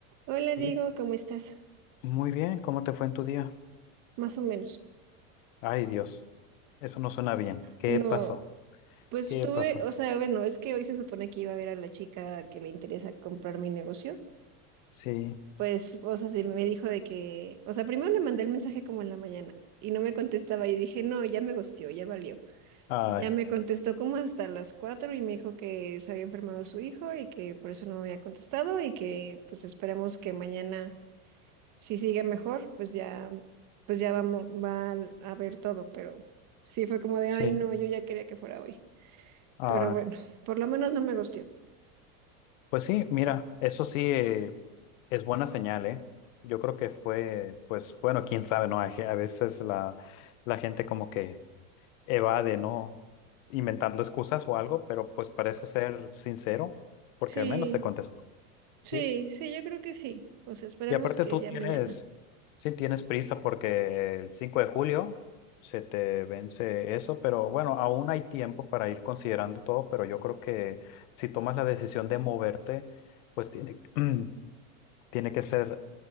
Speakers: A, on the right; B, on the left.
A: Hola, Diego,
B: Y
A: ¿cómo estás?
B: muy bien, ¿cómo te fue en tu día?
A: Más o menos.
B: Ay, Dios, eso no suena bien. ¿Qué
A: No,
B: pasó?
A: pues
B: ¿Qué
A: tuve,
B: pasó?
A: o sea, bueno, es que hoy se supone que iba a ver a la chica que le interesa comprar mi negocio.
B: Sí,
A: Pues, o sea, se me dijo de que, o sea, primero le mandé el mensaje como en la mañana y no me contestaba. Yo dije, no, ya me gosteó, ya valió.
B: ay,
A: Ya me contestó como hasta las cuatro y me dijo que se había enfermado su hijo y que por eso no me había contestado y que pues esperemos que mañana. si sigue mejor, pues ya, pues ya vamos, va al- a ver todo, pero sí fue como de,
B: sí,
A: ay, no, yo ya quería que fuera hoy.
B: ay.
A: Pero bueno, por lo menos no me gustó.
B: Pues sí, mira, eso sí eh, es buena señal, ¿eh? Yo creo que fue, pues bueno, quién sabe, ¿no? Hay ge- A veces la, la gente como que evade, ¿no? Inventando excusas o algo, pero pues parece ser sincero, porque
A: Sí,
B: al menos te contestó. sí.
A: sí, sí, yo creo que sí. O sea, esperemos
B: Y aparte
A: que
B: tú
A: ya
B: tienes,
A: mañana.
B: sí tienes prisa porque el 5 de julio se te vence eso, pero bueno, aún hay tiempo para ir considerando todo, pero yo creo que si tomas la decisión de moverte, pues tiene, <clears throat> tiene que ser